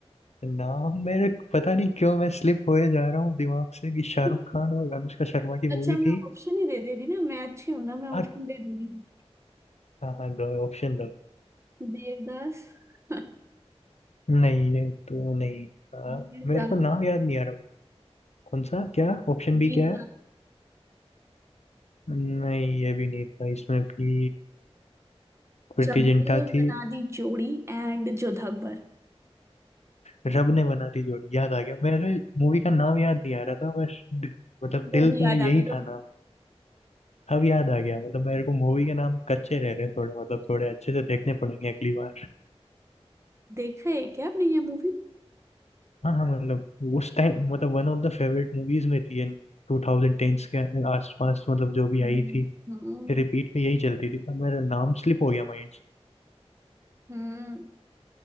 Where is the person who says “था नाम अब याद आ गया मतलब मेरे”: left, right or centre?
Left